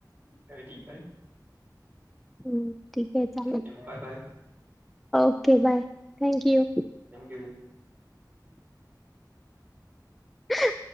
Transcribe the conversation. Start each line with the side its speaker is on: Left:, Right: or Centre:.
Right: काय ठीक आहे.
Centre: हम्म. ठीक आहे चालेल.
Right: ठीक आहे. Bye bye
Centre: okay bye thank you.
Right: Thank you.
Centre: ह